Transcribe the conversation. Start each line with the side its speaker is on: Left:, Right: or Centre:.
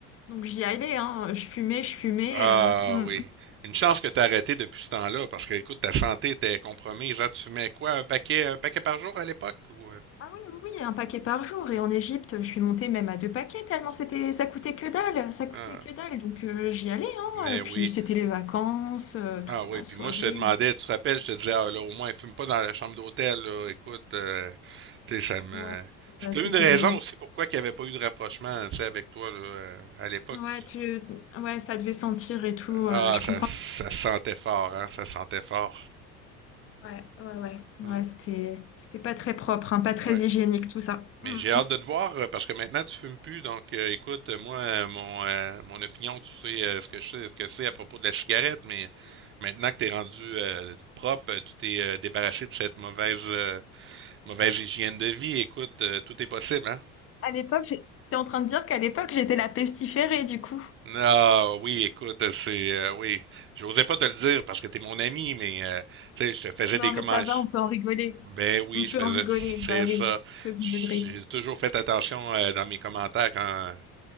Left: donc j'y allais, hein. Je fumais, je fumais.
Right: ah
Left: euh, hmm.
Right: oui, une chance que t'as arrêté depuis ce temps-là, parce que écoute, ta santé était compromise. Genre, tu fumais quoi, un paquet, un paquet par jour à l'époque ou euh,
Left: Ah oui, oui, oui, un paquet par jour. Et en Égypte, je suis montée même à deux paquets, tellement c'était, ça coûtait que dalle, ça coûtait
Right: ah,
Left: que dalle. Donc euh, j'y allais,
Right: mais
Left: hein. Et puis
Right: oui.
Left: c'était les vacances, euh, tout
Right: Ah
Left: ça,
Right: oui, puis
Left: soirée.
Right: moi je te demandais, tu te rappelles, je te disais, ah, là, au moins fume pas dans la chambre d'hôtel, là, écoute, euh, tu sais, ça me...
Left: Ouais,
Right: C'était
Left: bah, c'était
Right: une raison
Left: limite.
Right: aussi pourquoi qu'il n'y avait pas eu de rapprochement, tu sais, avec toi, là, euh, à l'époque,
Left: Ouais,
Right: tu...
Left: tu... ouais, ça devait sentir et tout. euh,
Right: Ah,
Left: je
Right: ça,
Left: comprends.
Right: ça sentait fort, hein, ça sentait fort.
Left: Ouais, ouais, ouais. Ouais,
Right: Hum,
Left: c'était c'était pas très propre, hein, pas très
Right: ouais.
Left: hygiénique tout ça. Mm.
Right: Mais j'ai hâte de te voir, euh, parce que maintenant tu fumes plus, donc euh, écoute, euh, moi, euh, mon, euh, mon opinion, tu sais euh, ce que je sais, ce que c'est à propos de la cigarette, mais maintenant que t'es rendu euh, propre, euh, tu t'es euh, débarrassé de cette mauvaise... euh, Mauvaise hygiène de vie, écoute, euh, tout est possible, hein?
Left: À l'époque, j'ai- t'es en train de dire qu'à l'époque, j'étais la pestiférée du coup.
Right: Non, oui, écoute, c'est... euh, oui, j'osais pas te le dire parce que t'es mon ami, mais, euh, tu sais, je te faisais
Left: Non,
Right: des commentaires.
Left: mais ça va, on peut en rigoler.
Right: Ben oui,
Left: On peut
Right: je faisais...
Left: en rigoler,
Right: C'est
Left: bah oui,
Right: ça.
Left: second
Right: J'ai
Left: degré.
Right: toujours fait attention euh, dans mes commentaires quand,